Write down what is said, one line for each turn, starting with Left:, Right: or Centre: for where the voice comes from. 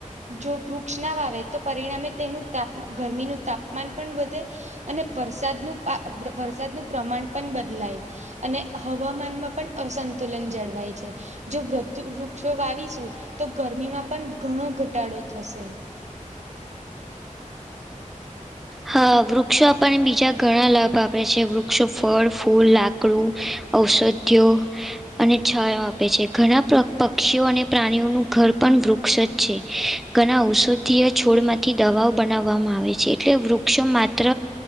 Right: જો વૃક્ષ ના વાવે તો પરિણામે તેનું તાપ ગરમીનું તાપમાન પણ વધે અને વરસાદનું પા વરસાદનું પ્રમાણ પણ બદલાય અને હવામાનમાં પણ અસંતુલન જળવાય છે. જો વૃદ્ધ વૃક્ષો વાવીશું તો ગરમીમાં પણ ઘણો ઘટાડો થશે.
Centre: હ વૃક્ષો આપણને બીજા ઘણા લાભ આપે છે, વૃક્ષો ફળ, ફૂલ, લાકડું ઔષધિઓ. અને છાયો આપે છે, ઘણા પક્ષીઓ અને પ્રાણીઓનું ઘર પણ વૃક્ષ જ છે. ઘણા ઔષધીય છોડમાંથી દવાઓ બનાવવામાં આવે છે, એટલે વૃ ક્ષો માત્ર